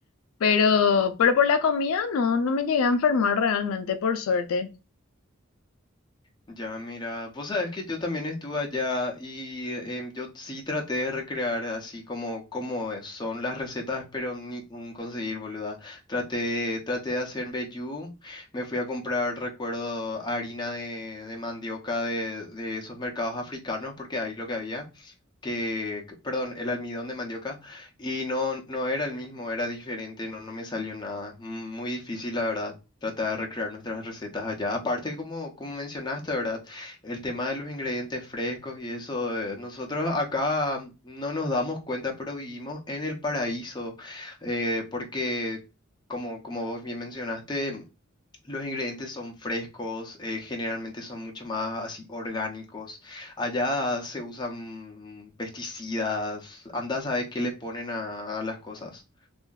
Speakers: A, on the left; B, on the left.
A: pero, pero por la comida no, no me llegué a enfermar realmente, por suerte.
B: Ya, mira, vos sabés que yo también estuve allá y em, yo sí traté de recrear así como, como es- son las recetas, pero ni un conseguir, boluda. Traté, traté de hacer vellú, me fui a comprar, recuerdo, harina de, de mandioca de, de esos mercados africanos, porque ahí lo que había que, que- perdón, el almidón de mandioca y no, no era el mismo, era diferente, no, no me salió nada. Es Muy difícil, la verdad, tratar de recrear nuestras recetas allá. Aparte, como, como mencionaste, ¿verdad? El tema de los ingredientes frescos y eso, eh, nosotros acá no nos damos cuenta, pero vivimos en el paraíso, eh, porque, como, como vos bien mencionaste, los ingredientes son frescos, eh, generalmente son mucho más así orgánicos. Allá se usan pesticidas, anda a saber qué le ponen a, a las cosas.